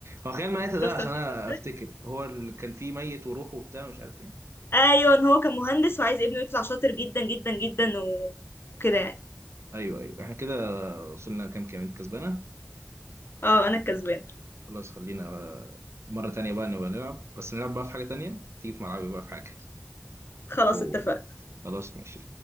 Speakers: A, on the right; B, on the left.
A: هو خيال مآتة
B: شفت
A: ده عشان
B: الفيلم
A: انا
B: ده
A: افتكر هو اللي كان فيه ميت وروحه وبتاع مش عارف ايه
B: ايوه إن هو كان مهندس وعايز ابنه يطلع شاطر جدا جدا جدا و... وكده يعني
A: ايوه ايوه احنا كده وصلنا كام كام انت كسبانه
B: اه انا الكسبانه
A: خلاص خلينا آه، مرة تانية بقى نبقى نلعب بس نلعب بقى في حاجة تانية تيجي في ملعبي بقى في حاجة
B: خلاص
A: اوه
B: اتفقنا
A: خلاص ماشي